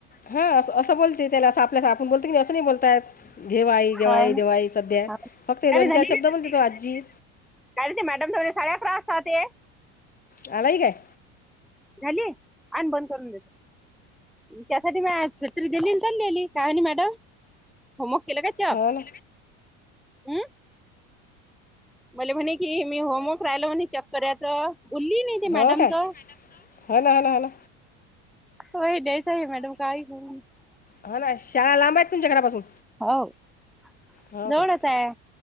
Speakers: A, on the left (about 25°); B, in the centre.
A: हा असं असं बोलते त्याला. असं आपल्यास आपण बोलत की नाही, असं नाही बोलतायत. घेवाई घेवाई
B: हाव ना
A: देवाई सध्या.
B: हाव
A: फक्त दोन
B: अरे झाली
A: चार शब्द
B: का सुट्टी
A: बोलतो, तो आजी
B: काय ते मॅडम त म साऱ्या <unintelligible> असतात ते.
A: आलाय काय?
B: आली, आण बंद करून देतो. त्यासाठी म्या आज छत्री दिली पण नेली, काय आणि मॅडम? हो मग केला का चा,
A: हो ना
B: हम्म? मले म्हणे की, मी होमवर्क राहिल म्हणे चाप्टर्याचं बुली नाही ते मॅडम
A: हो काय
B: त.
A: हो ना हो ना हो ना
B: होय द्यायचं आहे मॅडम काय करू?
A: हा ना, शाळा लांब आहेत तुमच्या घरापासून.
B: हो जवळच
A: हो काय
B: आहे,